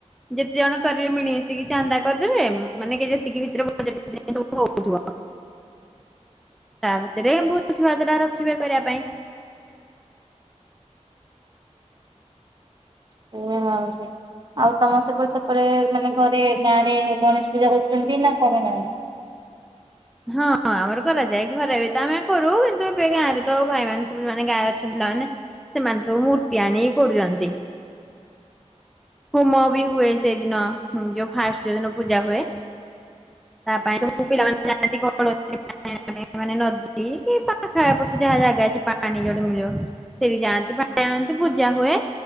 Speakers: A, in the centre; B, on the right.
A: ଯେତେ ଜଣ କରିବେ ମିଳିମିଶିକି ଚାନ୍ଦା କରିଦେବେ, ମାନେ ଯେତିକି ଭିତରେ ବଟବୁଉଥିବ ଆଉ। ତା ଭିତରେ ଭୋଜି ଭାତଟା ରଖିବେ କରିବା ପାଇଁ।
B: <unintelligible> ଆଉ ତମ ସେପଟ ସେପ ମାନେ ଘରେ ଗାଁ ରେ ଗଣେଶ ପୂଜା କରୁଛନ୍ତି ନା କରୁ ନାହାଁନ୍ତି?
A: ହଁ ଆମର କରାଯାଏ ଘରେ ବି ତ ଆମେ କରୁ କିନ୍ତୁ ଏବେ ଗାଁ ରେ ତ ଭାଇ ମାନେ ସବୁ ମାନେ ଗାଁରେ ଅଛନ୍ତି ପାଲା ମାନେ। ସେମାନେ ସବୁ ମୂର୍ତ୍ତି ଆଣି କରୁଛନ୍ତି। ହୁମ ବି ହୁଏ ସେଇଦିନ ଯୋଉ ଫାଷ୍ଟ ଯୋଉ ଦିନ ପୂଜା ହୁଏ।
B: <inaudible>
A: ତା ପାଇଁ ସବୁ ପିଲାମାନେ ଯାଆନ୍ତି <inaudible> ନଦୀ କି ପାଖାପାଖି ଯାହା ଜାଗା ଅଛି ପାଣି ପାଣି ଯୋଉଠି ମିଳିବ। ସେଠି ଯାଆନ୍ତି ପାଣି ଆଣନ୍ତି ପୂଜା ହୁଏ